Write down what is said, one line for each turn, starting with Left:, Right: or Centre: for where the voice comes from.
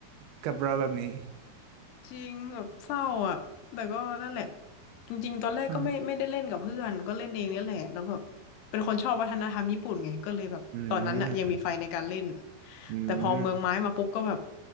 Right: กับเราแบบนี้
Left: จริงแบบเศร้าอ่ะแต่ก็นั่นแหละจริงๆตอนแรกก็ไม่ไม่ได้เล่นกับเพื่อนก็เล่นเองนี่แหละแล้วแบบเป็นคนชอบวัฒนธรรมญี่ปุ่นไงก็เลยแบบตอนนั้นอ่ะยังมีไฟในการเล่น
Right: <laughs> อ่าอืม <laughs> อืม
Left: แต่พอเมืองไม้มาปุ๊บก็แบบ